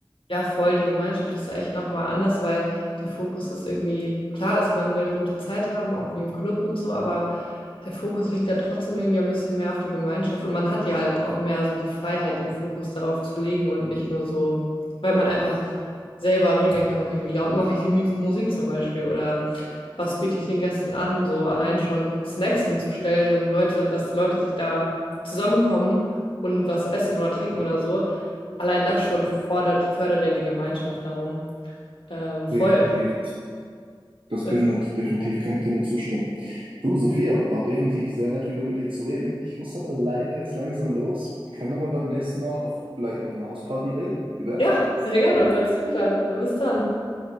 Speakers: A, on the left; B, on the right.
A: Ja, voll. Die Gemeinschaft ist echt nochmal anders, weil der Fokus ist irgendwie, klar ist, man will eine gute Zeit haben, auch wie im Club und so, aber der Fokus liegt dann trotzdem irgendwie ein bisschen mehr auf die Gemeinschaft. Und man hat ja halt auch mehr so die Freiheit, den Fokus darauf zu legen und nicht nur so, weil man einfach selber regeln kann, okay, wie laut mache ich die Mu- Musik zum Beispiel oder was biete ich den Gästen an, so allein schon Snacks hinzustellen, dann Leute, dass Leute sich da zusammenkommen und was essen oder trinken oder so Allein das schon fordert, fördert ja die Gemeinschaft darum. Ähm, voll.
B: Definitiv. Das
A: Das,
B: bindet, definitiv kann ich dir nur zustimmen. Du, Sophia, war definitiv sehr nett, wieder mit dir zu reden. Ich muss aber leider jetzt langsam los. Wir können aber beim nächsten Mal auf, vielleicht noch auf einer Hausparty reden. Wie wär's?
A: ja, sehr gerne. Hört sich gut an. Dann bis dann.